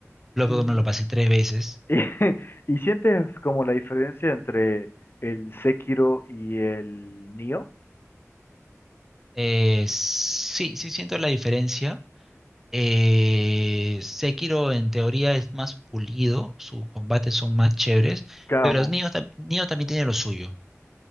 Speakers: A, in the centre; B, on the left.
A: Bloodborne
B: Mm,
A: me lo pasé tres veces.
B: <laughs> y, sientes como la diferencia entre el Sekiro y el Nioh?
A: Eh, sí, sí siento la diferencia. Eh, Sekiro en teoría es más pulido, sus combates son más chéveres,
B: Claro,
A: pero Nioh, tam- Nioh también tiene lo suyo.